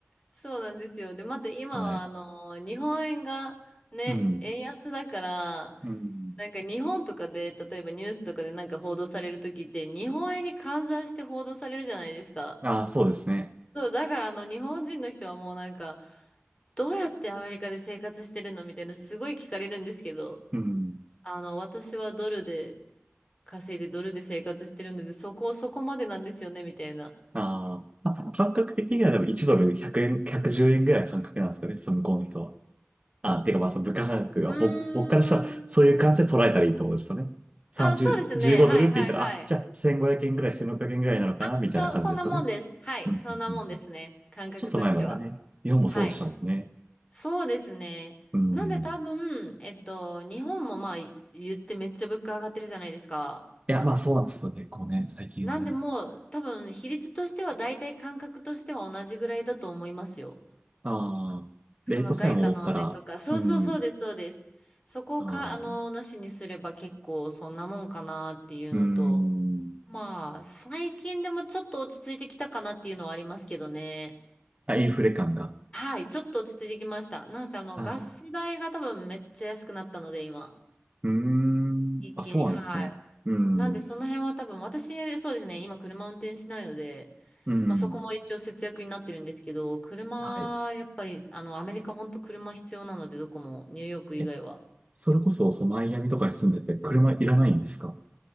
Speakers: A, on the left (about 25°); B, on the right (about 30°).
A: そうなんですよ。で、また今はあの日本円がね、
B: はい。うん。
A: 円安だから、
B: うん。
A: なんか日本とかで、例えばニュースとかでなんか報道される時って、日本円に換算して報道されるじゃないですか。
B: ああ、そうですね。
A: そう、だからあの日本人の人はもうなんか、どうやってアメリカで生活してるのみたいな、すごい聞かれるんですけど、
B: うん。
A: あの、私はドルで稼いでドルで生活してるので、そこ、そこまでなんですよね、みたいな。
B: あーあ、感覚的にはでも1ドル100円、110円ぐらいの感覚なんですかね、その向こうの人は。あ、ていうかまあその物価感覚は僕、
A: うー
B: 僕からしたらそういう感じで捉えたらいいと思うんですよね。
A: ん。
B: 30、
A: あ、そうですね。
B: 15ドルって言ったら、
A: はいはいはい。
B: あ、じゃあ1500円ぐらい、1600円ぐらいなのかな、
A: あ、
B: みたいな感じですよね。
A: そ、そんなもんです。はい。
B: うんうんうんうん
A: そんなもんですね。感覚としては。
B: ちょっと前まではね、日本もそうでしたもんね。
A: はい。そうですね。
B: うん。
A: なんで多分、えっと、日本もまあい言ってめっちゃ物価上がってるじゃないですか。
B: いや、まあそうなんですよ、結構ね、最近はね。
A: なんでもう多分比率としては大体感覚としては同じぐらいだと思いますよ。
B: ああ、
A: その外貨のあれとか。
B: レートさえ戻ったら、
A: そうそうそうです、
B: うん、
A: そうです。そこをか、
B: ああ、
A: あの、なしにすれば結構そんなもんかなっていうのと、
B: うん、
A: まあ、最近でもちょっと落ち着いてきたかなっていうのはありますけどね。
B: あ、インフレ感が。
A: はい、ちょっと落ち着いてきました。なんせあの、
B: ああ
A: ガス代が多分めっちゃ安くなったので、今。
B: うーん。
A: 一気に、
B: あ、そうなんですね。
A: はい。
B: うん。
A: なんで、その辺は多分、私、そうですね、今車運転しないので、
B: うん。
A: まあそこも一応節約になってるんですけど、車、
B: はい。
A: やっぱり、あの、アメリカ本当車必要なので、どこも、ニューヨーク以外は。
B: え、それこそ、そのマイアミとかに住んでて、車いらないんですか